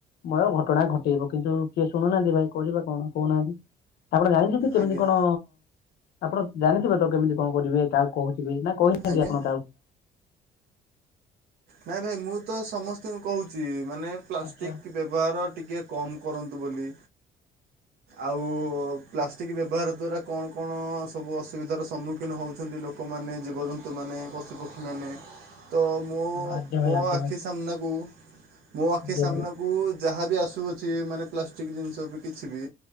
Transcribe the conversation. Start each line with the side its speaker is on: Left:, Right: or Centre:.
Left: ମୟ ଘଟଣା ଘଟେଇବ କିନ୍ତୁ କିଏ ଶୁଣୁନାହାନ୍ତି ଭାଇ କହିବା କଣ କହୁନାହାନ୍ତି। ଆପଣ ଜାଣିଛନ୍ତି ସେମାନେ
Right: ଆଜ୍ଞା
Left: କ'ଣ, ଆପଣ ଜାଣିଥିବେ ତ କେମିତି କଣ କରିବେ କାହା କହୁ ଥିବେ। ନା କହିନାହାନ୍ତି
Right: ଆଜ୍ଞା
Left: ଆପଣ କାହାକୁ?
Right: ନାଇଁ ନାଇଁ ମୁଁ ତ ସମସ୍ତଙ୍କୁ କହୁଛି ମାନେ ପ୍ଲାଷ୍ଟିକ
Left: ଆଚ୍ଛା
Right: ବ୍ୟବହାର ଟିକେ କମ୍ କରନ୍ତୁ ବୋଲି। ଆଉ ପ୍ଲାଷ୍ଟିକ୍ ବ୍ୟବହାର ଦ୍ୱାରା କଣ କଣ ସବୁ ଅସୁବିଧାର ସମ୍ମୁଖୀନ ହଉଛନ୍ତି ଲୋକମାନେ ଜୀବଜନ୍ତ୍ ନ୍ତୁମାନେ ପଶୁପକ୍ଷୀମାନେ। ତ ମୋ
Left: ଆଜ୍ଞା ଭାଇ
Right: ମୋ
Left: ଆଜ୍ଞା
Right: ଆଖି
Left: ଭାଇ
Right: ସାମ୍ନାକୁ ମୋ ଆଖି
Left: ଆଜ୍ଞା
Right: ସାମ୍ନାକୁ
Left: ଭାଇ
Right: ଯାହା ବି ଆସୁଅଛି ମାନେ ପ୍ଲାଷ୍ଟିକ୍ ଜିନିଷ ବି କିଛି ବି